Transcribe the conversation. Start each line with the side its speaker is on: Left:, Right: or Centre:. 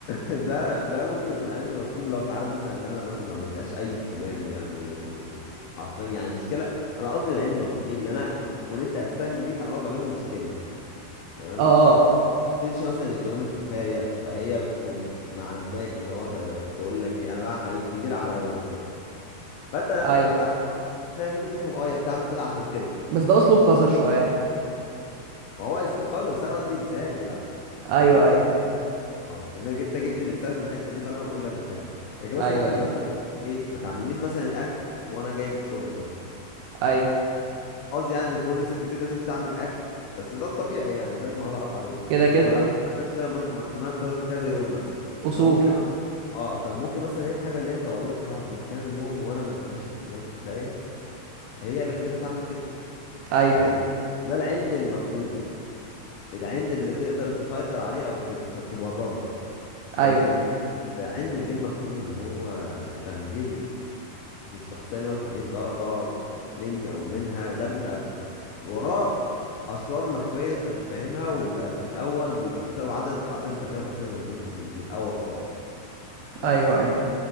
Left: ده ده ممكن يكون عندي مفهوم لو في حالة مثلا ان انا مثلا ما بديهاش اي اهتمام يعني و- وحرفيا يعني المشكله انا قصدي عندي مفهوم ايه اللي انا تكون انت اساسا ليك علاقه بالمشكله تمام
Right: اه
Left: تديش مثلا الاهتمام الكفايه فهي بتقوم ما عندك اللي هو طيب بقول لك ايه انا بقى هخليك تجير عليا مثلا فانت
Right: ايوه
Left: تبقى كفايه ان انت تفهم اه هي بتعمل كده عشان كده
Right: بس ده اسلوب قذر شوية يعني
Left: ما هو اسلوب قذر بس انا بدي مثال يعني
Right: ايوه
Left: بدي مثال
Right: ايوه
Left: اه انك انت جبت المثال من الحته دي فانا بقول لك بكمل لكن مثلا
Right: ايوه
Left: ممكن
Right: ايوه
Left: مثلا ايه ما تعمليش مثلا الاكل وانا جاي من الشغل مثلا
Right: ايوه
Left: قصدي يعني ان كل ست بيت لازم تعمل اكل بس ده الطبيعي يعني ده اللي ما اعرف عليه
Right: كده كده
Left: وما تعرفش تعملش كده مس- ما- ما- كذا يوم مثلا
Right: اصول
Left: فممكن اه طب ممكن مثلا هي الحاجه اللي هي طلبتها من كام يوم وانا ما اديتهاش اهتمام كفايه هي اللي خلتها تعمل كده
Right: ايوه
Left: فاهم ده العند المفهوم العند اللي تقدر تسيطر عليه او ت- ت- تبرره
Right: ايوه
Left: لكن بقى العند الغير مفهوم اللي هو تغيير في الشخصيه 180 درجه مني او منها ده بيبقى ب- وراه اسرار مخفيه انت مش فاهمها ويبقى في الاول بيبقى بسبب عدد عدم التفاهم اساسا اللي ما بينكم من من الاول خالص يعني. بس
Right: ايوه ايوه